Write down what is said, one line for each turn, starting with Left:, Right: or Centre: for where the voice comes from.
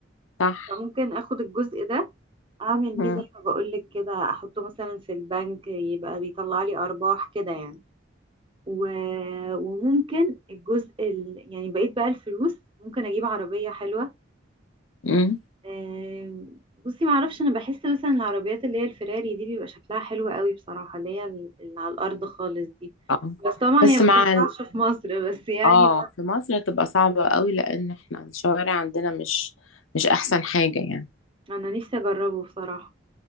Left: صح
Right: فممكن اخد الجزء ده اعمل بيه
Left: مم.
Right: زي ما بقولك كده احطه مثلا في البنك يبقى بيطلع لي ارباح كده يعني و- وممكن الجزء ال... يعني بقيت بقى الفلوس ممكن اجيب عربية حلوة
Left: مم.
Right: آم، بصي معرفش انا بحس مثلا العربيات اللي هي الفراري دي بيبقى شكلها حلو قوي بصراحة اللي هي ال- اللي على الارض خالص دي
Left: اه
Right: بس طبعا
Left: بس
Right: هي ما
Left: مع
Right: تنفعش
Left: ال...
Right: في مصر بس يعني
Left: اه في مصر تبقى صعبة قوي لان احنا الشوارع عندنا مش مش احسن حاجة يعني
Right: انا نفسي اجربه بصراحة